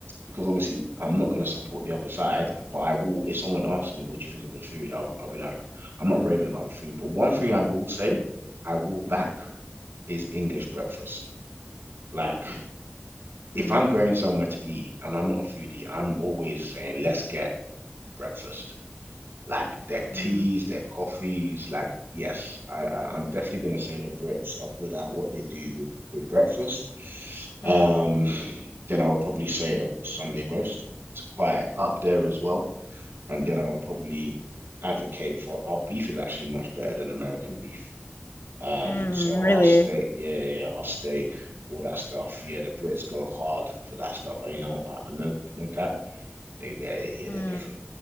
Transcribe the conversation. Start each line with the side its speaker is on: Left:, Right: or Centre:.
Right: because obviously I'm not going to support the other side, but I will. If someone asks me, what do you think of the food? I'll, I'll be like, I'm not raving about the food. But one thing I will say. I will back.
Left: Mm-hmm.
Right: is English breakfast. Like, if
Left: Mm-hmm.
Right: I'm going somewhere to eat and I'm not a foodie, I'm always saying, let's get breakfast. Like their teas,
Left: Mm-hmm.
Right: their coffees. Like, yes, I, I I'm definitely gonna say the Brits are good at what they do with with breakfast. Um,
Left: Mm-hmm.
Right: then I would probably say a, a Sunday roast is quite up there as well. And then I would probably advocate for our beef is actually much better than American beef. Um,
Left: Mm,
Right: so
Left: really?
Right: I'll stake, yeah, yeah, yeah, I'll stake all that stuff. Yeah, the Brits go hard for that stuff. you know, I, I no, no cap. They, they, yeah,
Left: Mm.
Right: they're different.